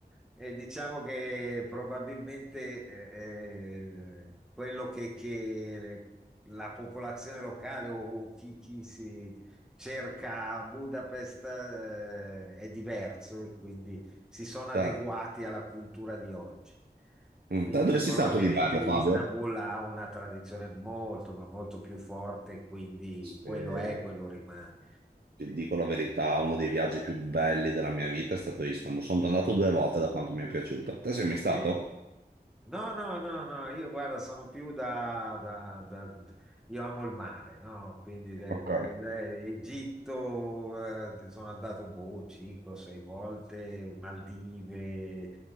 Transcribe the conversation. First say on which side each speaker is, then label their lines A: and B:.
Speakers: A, in the centre; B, on the right (about 70°).
A: eh, diciamo che probabilmente eh, eh, quello che, che la popolazione locale o, o chi, chi si cerca a Budapest eh, è diverso e quindi si sono adeguati
B: Certo.
A: alla cultura di oggi,
B: Mm.
A: mentre
B: Te dove sei
A: probabilmente
B: stato di bello,
A: Istanbul
B: Fabio?
A: ha una tradizione molto, ma molto più forte, quindi quello
B: Eh,
A: è, quello rimane.
B: ti dico la verità, uno dei viaggi più belli della mia vita è stato Istanbul. Sono andato due volte da quanto mi è piaciuto. Te sei mai stato?
A: Eh, No, no, no, no, io guarda, sono più da, da- da- Io amo il mare, no? Quindi eh,
B: Ok.
A: eh, Egitto, eh, sono andato, boh, 5 o 6 volte, Maldive,